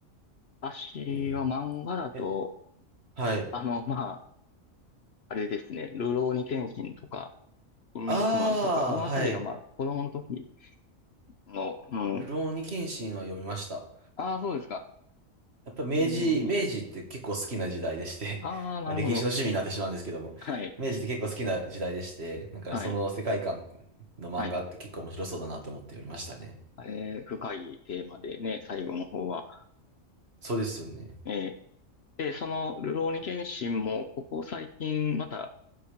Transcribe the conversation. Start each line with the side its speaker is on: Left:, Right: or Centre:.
Left: 私は漫画だと、
Right: えーえ、はい。
Left: あの、まあ、あれですね、流浪に剣心とか、肉マンとか、
Right: ああ、
Left: あのあたりがまあ子供の時
Right: はい。
Left: の、うん。
Right: るろうに剣心は読みました。
Left: ああ、そうですか。
Right: やっぱ明治、
Left: これもね。
Right: 明治って結構好きな時代でして
Left: ああ、
Right: <laughs>
Left: なるほど。
Right: まあ歴史の趣味になってしまうんですけども、
Left: はい。
Right: 明治って結構好きな時代でして、だからその世界観
Left: はい。
Right: の漫画って結構面白そうだなと思って読みましたね。
Left: はい。えー、深いテーマでね、最後の方は。
Right: そうですよね。
Left: えー、で、その、るろうに剣心も、ここ最近、また、